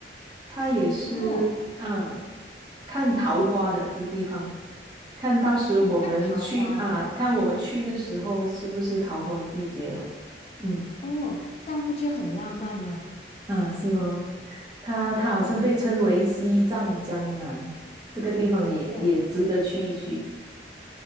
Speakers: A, on the right; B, on the left.
A: 它也是啊，
B: 哦，
A: 看桃花的这个地方，看到时我们去啊，
B: 哦，看桃花的，
A: 看我们去的时候是不是桃花季节了？嗯
B: 哦，这样不就很浪漫了？
A: 啊，是咯，它它好像被称为西藏江南，
B: 哦
A: 这个地方也也值得去一去。
B: 哦。